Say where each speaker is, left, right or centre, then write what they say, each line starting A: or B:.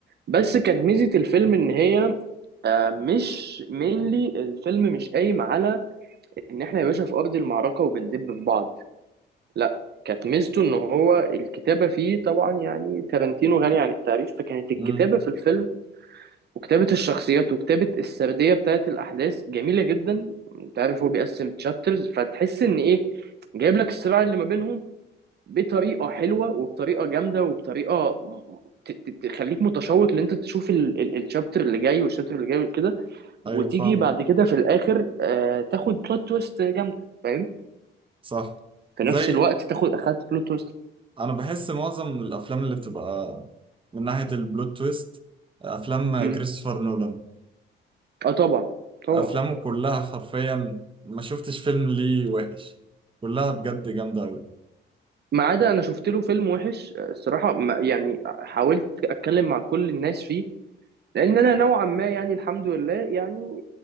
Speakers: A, on the right; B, on the right.
A: بس كانت ميزة الفيلم إن هي آه، مش مينلي الفيلم مش قايم على ان احنا يا باشا في ارض المعركه وبندب في بعض لا كانت ميزته ان هو الكتابه فيه طبعا يعني تارانتينو غني عن التعريف فكانت الكتابه
B: مم.
A: في الفيلم وكتابة الشخصيات وكتابة السردية بتاعت الأحداث جميلة جدا أنت عارف هو بيقسم تشابترز فتحس إن إيه جايب لك الصراع اللي ما بينهم بطريقة حلوة وبطريقة جامدة وبطريقة ت- ت- تخليك متشوق إن أنت تشوف الشابتر اللي جاي والشابتر اللي جاي وكده وتيجي
B: ايوه فاهم
A: بعد كده في الآخر آه، تاخد بلوت تويست جامدة فاهم
B: صح
A: في
B: زي
A: نفس الوقت تاخد أخدت بلوت تويست
B: انا بحس معظم الافلام اللي بتبقى من ناحية البلوت تويست افلام
A: مم.
B: كريستوفر نولان
A: أه طبعا طبعا
B: افلامه كلها حرفيا ما شفتش فيلم ليه وحش كلها بجد جامدة أوي
A: ما عدا أنا شفت له فيلم وحش آه، الصراحة ما- يعني حاولت أتكلم مع كل الناس فيه لان انا نوعا ما يعني الحمد لله يعني